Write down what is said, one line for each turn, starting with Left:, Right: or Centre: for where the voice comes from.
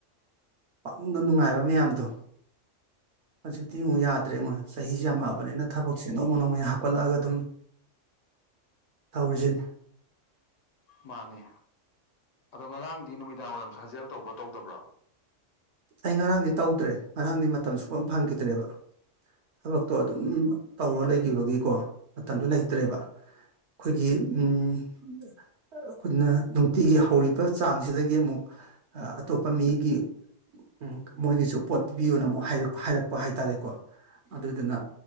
Right: ꯄꯛꯅꯨꯡꯕ ꯅꯨꯡꯉꯥꯏꯕ ꯃꯌꯥꯝꯗꯣ ꯍꯧꯖꯤꯛꯇꯤ ꯑꯃꯨꯛ ꯌꯥꯗ꯭ꯔꯦ ꯉꯣꯏ ꯆꯍꯤꯁꯤ ꯌꯥꯝꯃꯛꯑꯕꯅꯤꯅ ꯊꯕꯛꯁꯦ ꯅꯣꯡꯃ ꯅꯣꯡꯃꯩ ꯍꯥꯞ ꯀꯠꯂꯛꯑꯒ ꯑꯗꯨꯝ ꯇꯧꯔꯤꯁꯤꯅꯤ꯫
Left: ꯃꯥꯅꯦ ꯑꯗꯣ ꯉꯔꯥꯡꯗꯤ ꯅꯨꯃꯤꯗꯥꯡ ꯋꯥꯏꯔꯝ ꯁꯥꯖꯦꯜ ꯇꯧꯕ꯭ꯔꯥ ꯇꯧꯗꯕ꯭ꯔꯣ꯫
Right: ꯑꯩ ꯉꯔꯥꯡꯗꯤ ꯇꯧꯗ꯭ꯔꯦ ꯉꯔꯥꯡꯗꯤ ꯃꯇꯝ ꯁꯨꯐꯪ ꯐꯪꯈꯤꯗ꯭ꯔꯦꯕ꯫ ꯊꯕꯛꯇꯣ ꯑꯗꯨꯝ ꯇꯧꯔ ꯂꯩꯈꯤꯕꯒꯤꯀꯣ ꯃꯇꯝꯗꯨ ꯂꯩꯇ꯭ꯔꯦꯕ꯫ ꯈꯣꯏꯒꯤ ꯎꯝ ꯑꯩꯈꯣꯏꯅ ꯅꯨꯡꯇꯤꯒꯤ ꯍꯧꯔꯤꯕ ꯆꯥꯡꯁꯤꯗꯒꯤ ꯑꯃꯨꯛ ꯑꯇꯣꯞꯄ ꯃꯤꯒꯤ ꯎꯝ ꯃꯣꯏꯒꯤꯁꯨ ꯄꯣꯠ ꯄꯤꯕꯤꯌꯣꯅ ꯑꯃꯨꯛ ꯍꯥꯏꯔꯛ ꯍꯥꯏꯔꯛꯄ ꯍꯥꯏꯇꯥꯔꯦꯀꯣ ꯑꯗꯨꯗꯨꯅ